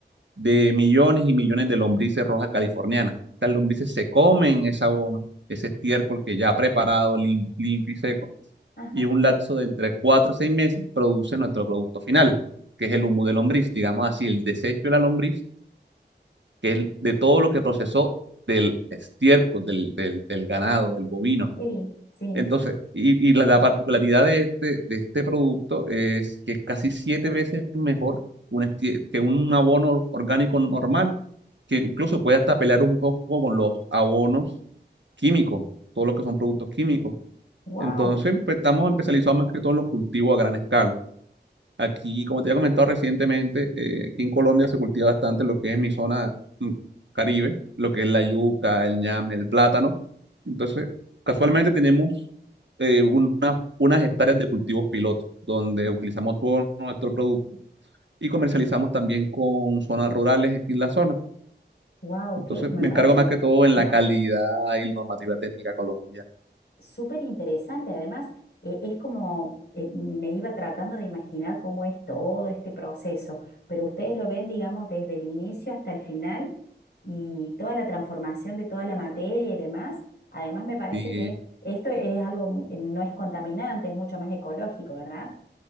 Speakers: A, on the right; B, on the left.
A: de millones y millones de lombrices rojas californianas. Estas lombrices se comen ese abono, ese estiércol que ya ha preparado, lim- limpio y seco,
B: Ajá.
A: y en un lapso de entre 4 o 6 meses produce nuestro producto final, que es el humo de lombriz, digamos así, el desecho de la lombriz, que es el- de todo lo que procesó del estiércol, del, del, del ganado, del bovino,
B: Sí, sí.
A: entonces, y, y la, la particularidad de este, de este producto es que es casi siete veces mejor un esti- que un abono orgánico normal, que incluso puede hasta pelear un poco con los abonos químicos, todo lo que son productos químicos.
B: Wow.
A: Entonces, pues, estamos especializados más que todo en los cultivos a gran escala. Aquí, como te había comentado recientemente, eh, aquí en Colombia se cultiva bastante lo que es mi zona mm, Caribe, lo que es la yuca, el ñame, el plátano. Entonces, casualmente tenemos eh, una- unas hectáreas de cultivos piloto, donde utilizamos todo nuestro producto y comercializamos también con zonas rurales aquí en la zona.
B: Wow,
A: Entonces,
B: que me
A: me
B: parece,
A: encargo más que todo en
B: pero
A: la calidad y normativa técnica colombiana.
B: Súper interesante, además, eh, es como eh, me iba tratando de imaginar cómo es todo este proceso, pero ustedes lo ven, digamos, desde el inicio hasta el final y toda la transformación de toda la materia y demás. Además, me parece
A: Y
B: que esto es algo, eh, no es contaminante, es mucho más ecológico, ¿verdad?